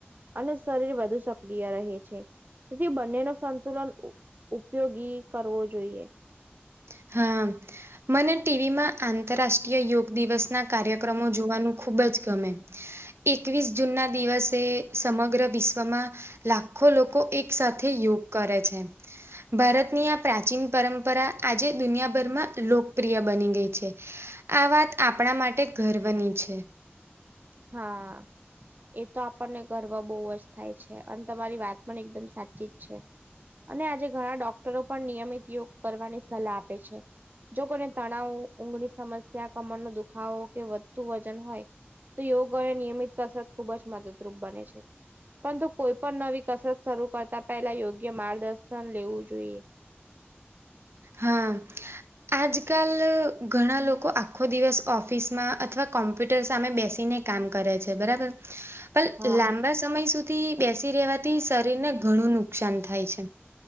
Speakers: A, on the right; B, on the right.
A: અને શરીર વધુ સક્રિય રહે છે. તેથી બંને નો સંતુલન ઉપ ઉપયોગી કરવો જોઈએ.
B: હા. મને ટીવીમાં આંતરરાષ્ટ્રીય યોગ દિવસના કાર્યક્રમો જોવાનું ખૂબ જ ગમે. એકવીસ જૂનના દિવસે સમગ્ર વિશ્વમાં લાખો લોકો એક સાથે યોગ કરે છે. ભારતની આ પ્રાચીન પરંપરા આજે દુનિયાભરમાં લોકપ્રિય બની ગઈ છે. આ વાત આપણા માટે ગર્વની છે.
A: હા. એ તો આપણને ગર્વ બહુ જ થાય છે અને તમારી વાત પણ એકદમ સાચી જ છે. અને આજે ઘણા ડોક્ટરો પણ નિયમિત યોગ કરવાની સલાહ આપે છે. જો કોઈને તણાવ, ઊંઘની સમસ્યા, કમર નો દુખાવો કે વધતું વજન હોય તો યોગ અને નિયમિત કસર ખુબ જ મદદરૂપ બને છે. પરંતુ કોઈ પણ નવી કસરત શરૂ કરતા પહેલા યોગ્ય માર્ગદર્શન લેવું જોઈએ.
B: હા. આજકાલ ઘણા લોકો આખો દિવસ ઓફિસમાં અથવા કોમ્પ્યુટર સામે બેસીને કામ કરે છે બરાબર પણ
A: હા.
B: લાંબા સમય સુધી બેસી રહેેવાથી શરીરને ઘણું નુકસાન થાય છે.